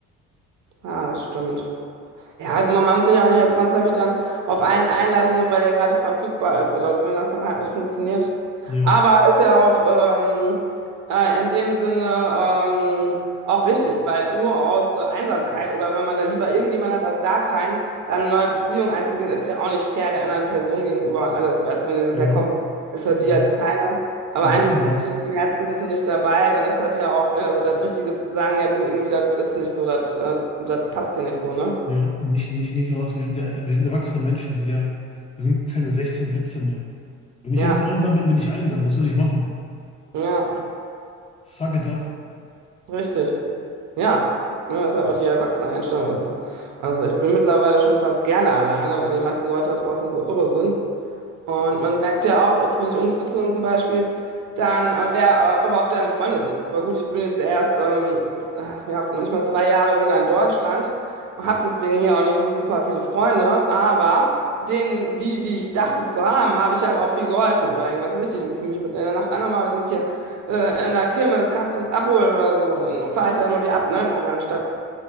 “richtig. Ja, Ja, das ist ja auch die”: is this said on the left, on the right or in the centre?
Right